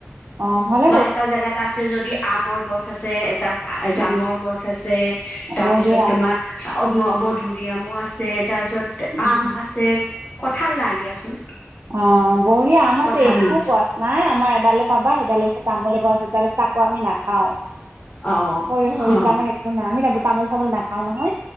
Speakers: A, on the right; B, on the left.
A: অ ভাল
B: বা এটা জেগাত আছে যদি আমৰ গছ আছে তাত জামৰ
A: উম
B: গছ আছে তাৰপিছত
A: বঢ়িয়া
B: ছত তোমাৰ অ মধূৰিআমো আছে তাৰপিছত
A: উম
B: আম আছে কঁঠাল নাই দিয়াচোন
A: অ বঢ়িয়া আমাৰতো
B: কঁঠাল
A: একো
B: নাই
A: গছ নাই আমাৰ সেডালে পাবা সেইডাল হৈছে তামোল এ গছ এডাল চাকো আমি নাখাও
B: অ
A: সৰি সৰি
B: অ
A: যামৰ একো নাই আমি যাবো তামোল চামোল নাখাও নহয়